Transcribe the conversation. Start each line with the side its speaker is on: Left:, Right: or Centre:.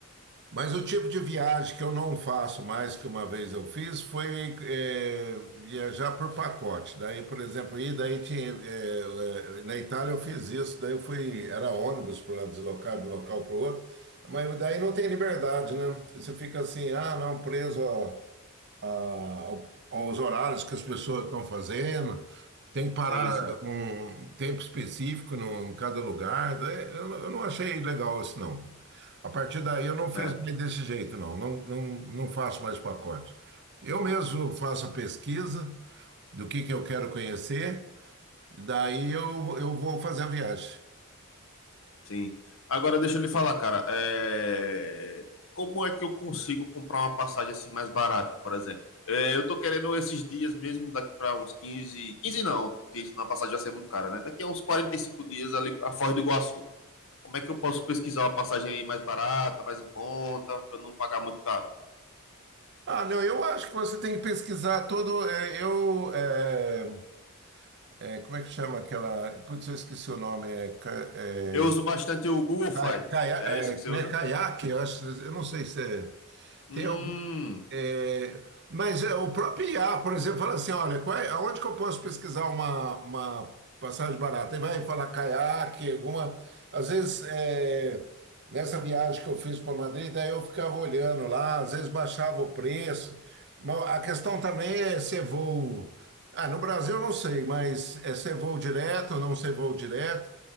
Right: Mas o tipo de viagem que eu não faço mais que uma vez eu fiz foi é, viajar por pacote. Daí, por exemplo, ir, daí tinha, é, é, na Itália eu fiz isso, daí eu fui, era ônibus para deslocar de um local para o outro, mas daí não tem liberdade, né? Você fica assim, ah, não, preso a a- ao- aos horários que as pessoas estão fazendo, tem que parar
Left: Sim, sim.
Right: com um tempo específico no- em cada lugar. É, Eu, não- eu não achei legal isso, não. A partir daí eu não fiz
Left: É.
Right: mais desse jeito, não. Não, não, não faço mais pacotes. Eu mesmo faço a pesquisa do que, que eu quero conhecer, daí eu, eu vou fazer a viagem.
Left: Sim. Agora deixa eu lhe falar, cara. é, Como é que eu consigo comprar uma passagem assim mais barata, por exemplo? É, eu tô querendo esses dias mesmo, daqui para uns 15, 15 não, porque isso na passagem já ser muito cara, né? Daqui a uns 45 dias ali para Foz do Iguaçu. Como é que eu posso pesquisar uma passagem aí mais barata, mais em conta, para não pagar muito caro?
Right: Ah, não, eu acho que você tem que pesquisar todo. é, eu. é, é, como é que chama aquela. Putz, eu esqueci o nome. É, ca- é,
Left: Eu uso bastante o Google Flights.
Right: Cai- caia-
Left: É
Right: é,
Left: esse que você
Right: né,
Left: usa?
Right: caiaque, eu acho, eu não sei se é.
Left: Hum.
Right: Tem algum, é, mas é, o próprio IA, por exemplo, fala assim: olha, qual é- aonde que eu posso pesquisar uma, uma passagem barata? E vai falar caiaque, alguma. Às vezes, é, nessa viagem que eu fiz para Madrid, daí eu ficava olhando lá, às vezes baixava o preço. Mas a questão também é ser voo. Ah, no Brasil eu não sei, mas é ser voo direto ou não ser voo direto.